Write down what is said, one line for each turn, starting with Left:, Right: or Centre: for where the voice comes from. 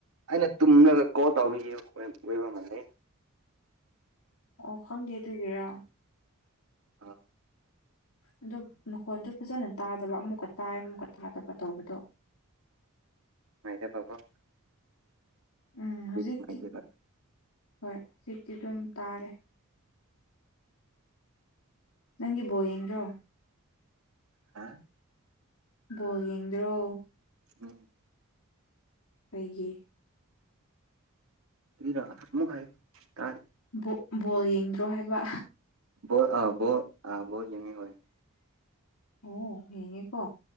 Right: ꯑꯩꯅ ꯇꯨꯝꯂꯒ ꯀꯣꯜ ꯇꯧꯕꯒꯤ ꯑꯣꯏ ꯑꯣꯏꯕ ꯃꯥꯜꯂꯦ
Left: ꯑꯣ ꯈꯪꯗꯦ ꯑꯗꯨꯒꯤꯔꯥ
Right: ꯑ
Left: ꯑꯗꯨꯞ ꯅꯈꯣꯟꯗꯨ ꯐꯖꯅ ꯇꯥꯗꯕ ꯑꯃꯨꯛꯀ ꯇꯥꯏ ꯑꯃꯨꯛꯀ ꯇꯥꯗꯕ ꯇꯧꯕꯗꯣ
Right: ꯃꯥꯥꯏꯗ ꯄꯥꯎꯀꯣ
Left: ꯎꯝ ꯍꯧꯖꯤꯛꯇꯤ
Right: ꯅꯨꯡꯉꯥꯏꯇꯦꯕ
Left: ꯍꯣꯏ ꯍꯧꯖꯤꯛꯇꯤ ꯑꯗꯨꯝ ꯇꯥꯔꯦ ꯅꯪꯒꯤ ꯕꯣꯜ ꯌꯦꯡꯗ꯭ꯔꯣ
Right: ꯍꯥꯥ
Left: ꯕꯣꯜ ꯌꯦꯡꯗ꯭ꯔꯣ
Right: ꯎꯝ
Left: ꯀꯩꯒꯤ
Right: ꯀꯔꯤꯔꯥ ꯑꯃꯨꯛ ꯍꯥꯏꯌꯨ ꯇꯥꯗꯦ
Left: ꯕꯣꯛ ꯕꯣꯜ ꯌꯦꯡꯗ꯭ꯔꯣ ꯍꯥꯏꯕ
Right: ꯕꯣꯜ ꯑ ꯕꯣꯜ ꯑ ꯕꯣꯜ ꯌꯦꯡꯉꯦ ꯍꯣꯏ
Left: ꯑꯣ ꯌꯦꯡꯉꯦꯀꯣ